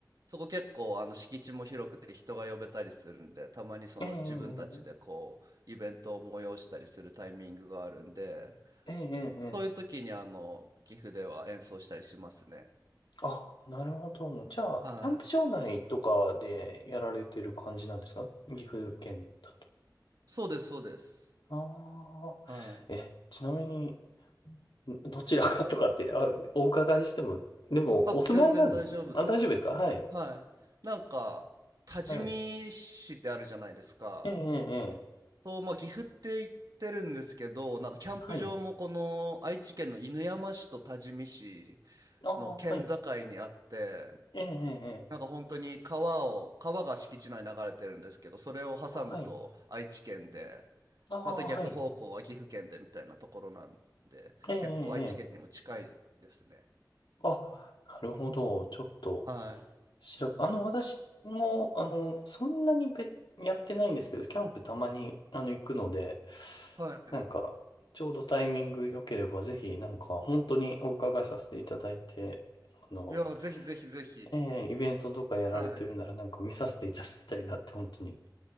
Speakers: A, on the right; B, on the left.
A: そこ結構あの敷地も広くて人が呼べたりするんでたまにその自分たちでこうイベントを催したりするタイミングがあるんで
B: ええ、ええ、ええ、ええ。ええ
A: そういう時にあの岐阜では演奏したりしますね
B: あ、なるほど。じゃあ、
A: はい
B: キャンプ場内とかでやられてる感じなんですか岐阜県だと。
A: そうですそうです
B: ああ。
A: はい
B: え、ちなみに、んどちらかとかって、あ、お伺いしても、でも、
A: あ全然大丈夫ですはいなんか多治見市ってあるじゃないですか
B: お住まいなんです。あ、大丈夫ですかはい。はい。ええ、ええ、ええ
A: と、まあ、岐阜って行ってるんですけど、なんかキャンプ場もこの愛知県の犬山市と多治見市
B: はい。ああ、
A: の県境にあって、
B: はい。ええ、ええ、ええ
A: なんか本当に川を、川が敷地内に流れてるんですけど、それを挟むと愛知県で、
B: はい。ああ、
A: また逆方向は岐阜県でみたいなところなんで、
B: はい。ええ、ええ、
A: 結構愛知県にも近いですね。
B: ええあ、なるほど。ちょっと。
A: はい。
B: 白、あの、私も、あの、そんなにべ、やってないんですけど、キャンプたまに、あの、行くので、
A: は
B: なんか、ちょうどタイミング良ければ、ぜひ、なんか、本当にお伺いさせていただいて、あの、
A: い。いや、ぜひぜひぜひ。
B: ええイベントとかやられてるなら、
A: はい。
B: なんか見させていただきたいなって、本当に